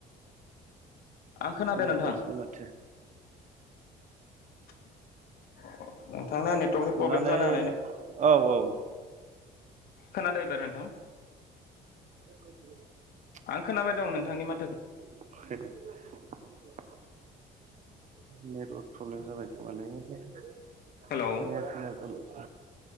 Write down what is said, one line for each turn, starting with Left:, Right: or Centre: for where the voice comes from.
Left: आं खोनादों
Right: खोनाफैयासैनो
Left: नोंथां
Right: माथो
Left: <inaudible> नोंथांना नेटवर्कनि
Right: अननानै
Left: प्रब्लेम जानो
Right: औ औ
Left: खोनादो एबार नोंथां
Right: <inaudible>
Left: आं खोनाबाय दं नोंथांनि मा
Right: <unintelligible> नेटवर्क प्रब्लेम जाबायखोमालै। खोनाया
Left: हेलौ
Right: खोना‌या जाबाय।